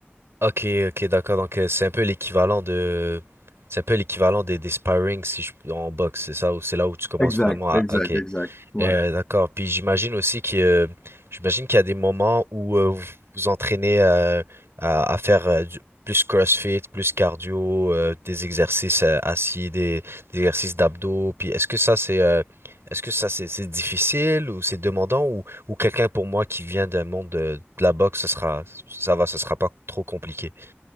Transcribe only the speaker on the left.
Exact,
exact,
exact. Ouais.